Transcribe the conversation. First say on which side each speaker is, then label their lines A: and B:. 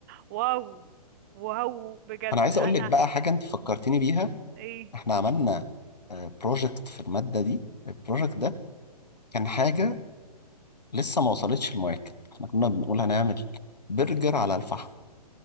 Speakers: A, on the right (about 25°); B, on the left (about 75°).
A: واو واو بجد
B: أنا عايز
A: انا
B: أقول لك بقى حاجة أنت فكرتيني بيها
A: ايه
B: إحنا عملنا بروجكت في المادة دي البروجكت ده كان حاجة لسه ما وصلتش الماركت احنا كنا بنقول هنعمل برجر على الفحم